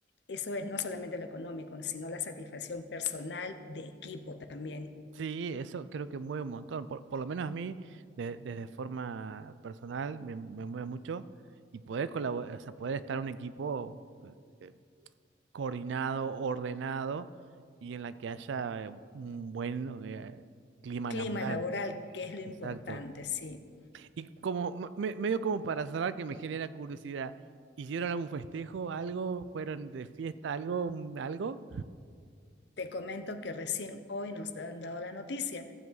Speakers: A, on the left; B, on the right.
A: eso es no solamente lo económico, sino la satisfacción personal de equipo también.
B: Sí, eso creo que mueve un montón. Por, por lo menos a mí, de- desde forma personal, me, me mueve mucho. Y poder colaborar, o sea, poder estar en un equipo eh, eh, coordinado, ordenado y en la que haya eh, un buen eh, clima
A: Clima
B: laboral.
A: laboral, que es lo importante,
B: Exacto.
A: sí.
B: Y como, me- me- medio como para cerrar, que me genera curiosidad, ¿hicieron algún festejo, algo? ¿Fueron de fiesta, algo, algo?
A: Te comento que recién hoy nos han dado la noticia,